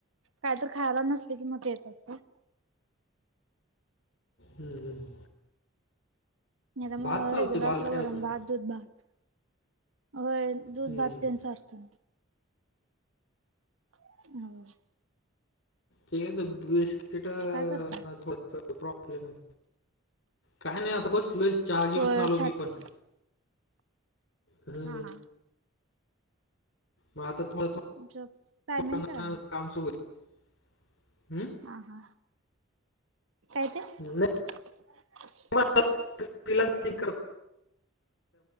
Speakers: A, on the right; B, on the left.
A: काही तर खायला नसले कि मग ते येत <unintelligible>
B: हम्म हम्म.
A: नाहीतर मग
B: भात चालतोय
A: रेग्युलर
B: भाला
A: आपलं
B: काय
A: वरण
B: होत नाही
A: भात दूध भात होय दूध
B: हम्म
A: भात त्याचा असतो. <inaudible>
B: ठीक आहे बिस्किट थोडा
A: काय करताय?
B: प्रॉब्लेम आहे. काय नाही आता बसलो चहा घेऊन
A: होय
B: आलो
A: छाती
B: मी पण. हो.
A: हा हा.
B: मग आता थोडंं
A: जॉब टायमिंग
B: <unintelligible>
A: काय आहे मग?
B: काम सुरू आहे हम्म.
A: हा हा. <inaudible>
B: नाही <inaudible> वेळेनुसार